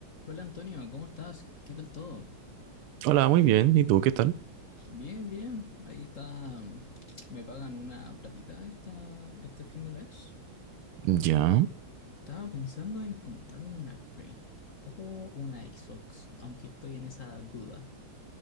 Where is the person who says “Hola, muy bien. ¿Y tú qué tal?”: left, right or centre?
Right